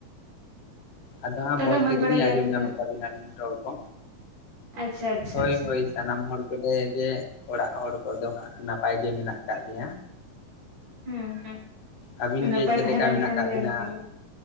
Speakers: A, on the left; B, on the right.
A: ᱟᱫᱚ ᱦᱟᱸᱜ
B: ᱛᱟᱦᱚᱞᱮ
A: ᱢᱚᱸᱡᱽ ᱛᱮᱜᱮᱞᱤᱧ
B: ᱵᱟᱲᱟ ᱜᱮᱭᱟᱯᱮ
A: ᱟᱸᱡᱚᱢ ᱧᱟᱢᱮᱫ
B: ᱛᱚ
A: ᱛᱟᱵᱤᱱᱟᱞᱤᱧ ᱨᱚᱲ ᱠᱚ᱾
B: ᱟᱪᱪᱷᱟ᱾ ᱟᱪᱪᱷᱟ
A: ᱦᱳᱭ
B: ᱟᱪᱪᱷᱟ
A: ᱦᱳᱭ ᱥᱟᱱᱟᱢ ᱦᱚᱲ ᱠᱚᱞᱮ ᱜᱮ ᱚᱲᱟᱜ ᱦᱚᱲ ᱠᱚᱫᱚ ᱦᱟᱸᱜ ᱱᱟᱯᱟᱭ ᱜᱮ ᱢᱮᱱᱟᱜ ᱟᱠᱟᱫ ᱞᱮᱭᱟ᱾
B: ᱦᱩᱸ
A: ᱟᱹᱵᱤᱱ
B: ᱦᱩᱸ ᱱᱟᱯᱟᱭ
A: ᱜᱮ ᱪᱮᱫ
B: ᱛᱟᱦᱮᱸ
A: ᱞᱮᱠᱟ
B: ᱞᱮᱱᱠᱷᱟᱱ
A: ᱢᱮᱱᱟᱜ ᱟᱠᱟᱫ
B: ᱜᱮ
A: ᱵᱤᱱᱟ
B: ᱵᱷᱟᱜᱮ᱾